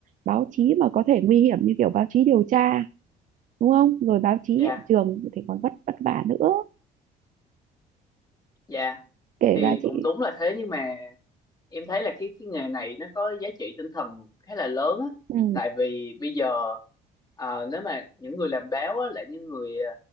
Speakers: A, on the right; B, on the left.
A: báo chí mà có thể nguy hiểm như kiểu báo chí điều tra đúng không rồi báo chí
B: dạ
A: hiện trường thì còn vất vất vả nữa
B: dạ
A: kể
B: thì
A: ra chị
B: cũng đúng là thế nhưng mà em thấy là cái cái nghề này nó có giá trị tinh thần khá là lớn á
A: ừ
B: tại vì bây giờ ờ, nếu mà những người làm báo á là những người ờ,